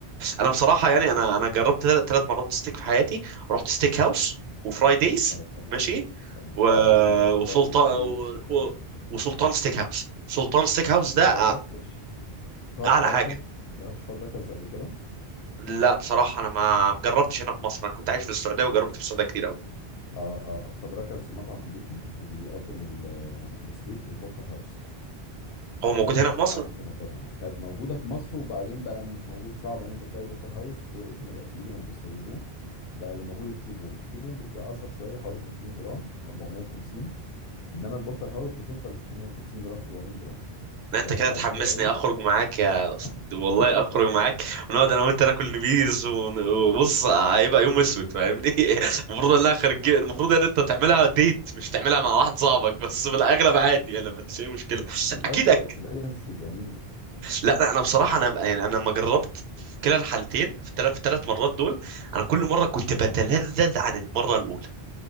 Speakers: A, on the right; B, on the left.
A: انا بصراحه يعني
B: اه
A: انا انا جربت ثلاث مرات ستيك في حياتي رحت ستيك هاوس وفرايديز
B: آه، تمام
A: ماشي
B: طب-
A: و...
B: تمام انا رحت
A: وسلطان
B: برضو فايف
A: و...
B: دايز وستيك
A: و...
B: هاوس
A: وسلطان ستيك هاوس سلطان ستيك هاوس
B: ما
A: ده
B: جربتش
A: أ-
B: فاد
A: اعلى
B: راكرز
A: حاجه
B: ما جربتش فاد راكرز قبل كده
A: لا بصراحه انا ما جربتش هنا في مصر انا كنت عايش في السعوديه وجربت في السعوديه كتير قوي
B: اه اه فاد راكرز مطعم امريكي وبيقدم ال- آه، الستيك البورتر هاوس
A: هو
B: آه،
A: موجود
B: اكبر
A: هنا
B: قطعه
A: في مصر
B: ممكن تاخدها كانت موجوده في مصر وبعدين بقى مش موجود صعب ان انت تلاقي البورتر هاوس وقف ما بقاش بيجي ما بيستوردوه بقى اللي موجود التيبون التيبون بتبقى اصغر شويه حوالي 500 جرام 450 انما البورتر هاوس بتوصل ل 650 جرام 700 جرام
A: لا
B: تبقى
A: انت كده
B: قطعه
A: تحمسني
B: كبيره قوي
A: اخرج معاك يا
B: اه
A: أست- والله
B: <laughs>
A: اخرج معاك ونقعد انا وانت ناكل بيز ون- وبص هيبقى يوم اسود فاهمني <laughs> المفروض انها خارجين المفروض ان انت تعملها ديت مش تعملها مع واحد صاحبك بس في الاغلب عادي انا ما عنديش اي مشكله
B: لا
A: اكيد
B: بتبقى
A: أك...
B: اكسبيرينس جميله
A: لا لا، انا بصراحه انا يعني انا لما جربت في كلا الحالتين في الثلاث في الثلاث مرات دول انا كل مره كنت بتلذذ عن المره الاولى